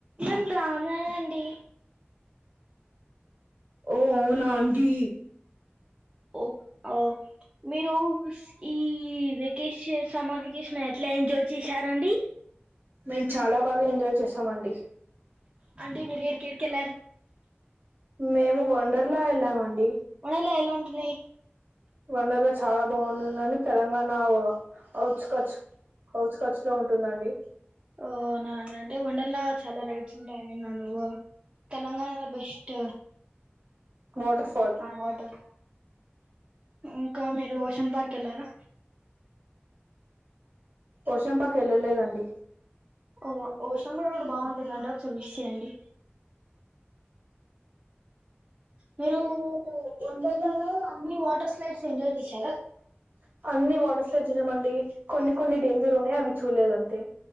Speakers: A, on the right (about 25°); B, on the right (about 55°).
A: నెన్ రాలేనండి
B: ఓ అవునా అండి
A: ఓ ఓ మీరు ఈ వెకేషన్ సమ్మర్ వెకేషన్ ఎట్లా ఎంజాయ్ చేసారండి
B: మేము చాలా బాగా ఎంజాయ్ చేసామండి
A: అంటే మీరు ఏడేడ్కిళ్ళారు
B: మేము వండర్లా వెళ్ళామండి
A: ఉండలా ఎలా ఉంటున్నాయి
B: వండర్లా చాలా బాగుంటుందండి తెలంగాణ ఔట్కట్స్ ఔట్కట్స్ లో ఉంటుందండి
A: ఒ అవునా అండి అంటె వండర్లా చ చాలా రైడ్స్ ఉంటాయని విన్నాను తెలంగాణ లో బెస్ట్
B: వాటర్ఫల్
A: ఆ వాటర్ ఇంకా మీరు ఓషన్ పార్క్ వెళ్ళారా
B: ఓషన్పాకు వెళ్ళలేదండి
A: ఓ
B: అయ్యో ఓషన్ పార్క్
A: కూడా బాగుంటుందండి
B: బాగుంటుందంట
A: ఒకసారి విష్ చేయండి మీరు
B: నేను వండర్లాలో అన్ని
A: వాటర్
B: ఒకటే
A: స్లైడ్స్
B: సారి
A: ఎంజాయ్ చేశారా
B: అన్ని వాటర్స్చ్చినామండి కొన్ని కొన్ని డేంజర్ ఉన్నాయి అవి చూడలేదు అంతే